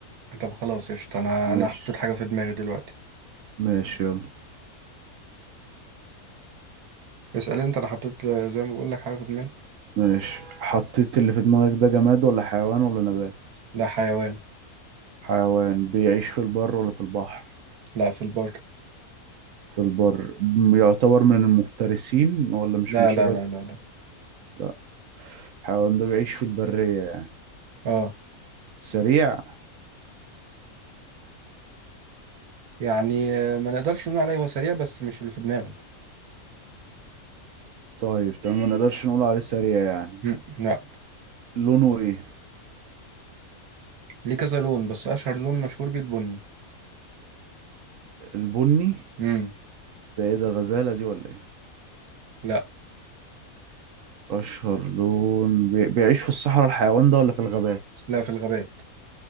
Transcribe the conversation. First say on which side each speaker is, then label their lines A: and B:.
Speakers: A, on the right (about 80°); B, on the right (about 70°).
A: طب خلاص قشطة انا
B: ماشي
A: انا حطيت حاجة في دماغي دلوقتي
B: ماشي يلا
A: اسأل انت انا حطيت آه، زي ما بقول لك حاجة في دماغي
B: ماشي حطيت اللي في دماغك ده جماد ولا حيوان ولا نبات
A: لا حيوان
B: حيوان بيعيش في البر ولا في البحر
A: لا في البر
B: في البر م- يعتبر من المفترسين ولا مش
A: لا
B: من شجرة
A: لا لا لا لا
B: لا الحيوان ده بيعيش في البرية
A: اه
B: سريع
A: يعني آه، ما نقدرش نقول عليه هو سريع بس مش اللي في دماغك
B: طيب تمام ما نقدرش نقول عليه سريع يعني
A: مم. لا
B: لونه ايه
A: ليه كذا لون بس اشهر لون مشهور بيه البني
B: البني
A: امم
B: ده ايه ده غزالة دي ولا ايه
A: لا
B: اشهر لون بي... بيعيش في الصحراء الحيوان ده ولا في الغابات
A: لا في الغابات